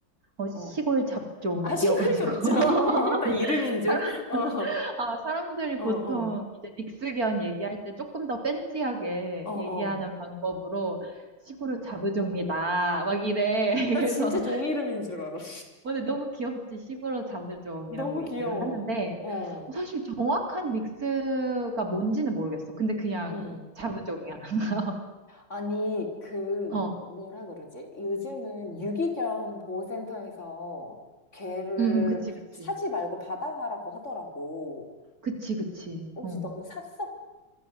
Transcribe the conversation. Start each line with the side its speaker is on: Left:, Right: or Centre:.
Right: 어, 시골
Left: 어.
Right: 잡종이어가지고.
Left: 아, 시골 잡죠.
Right: <laughs>
Left: <laughs> 나 이름인 줄.
Right: 사람,
Left: 어,
Right: 아, 사람들이
Left: 어,
Right: 보통
Left: 어,
Right: 이제 믹스견 얘기할 때 조금 더 팬시하게
Left: 어, 어.
Right: 얘기하는 방법으로 시골 잡종이다. 막 이래. <laughs>
Left: 나
Right: 그래서
Left: 진짜 종이 이름인 줄 알았어.
Right: 근데 너무 귀엽지. 시골로 잡으종이라고
Left: <laughs> 너무
Right: 얘기를
Left: 귀여워.
Right: 하는데,
Left: 어,
Right: 어, 사실 정확한 믹스가 뭔지는 모르겠어. 근데 그냥
Left: 응.
Right: 잡으종이야. <laughs>
Left: 아니, 그,
Right: 어, 응,
Left: 뭐라 그러지? 요즘은 유기견 보호센터에서 개를
Right: 응, 그치, 그치.
Left: 사지 말고 받아가라고 하더라고.
Right: 그치, 그치.
Left: 혹시
Right: 어.
Left: 너는 샀어?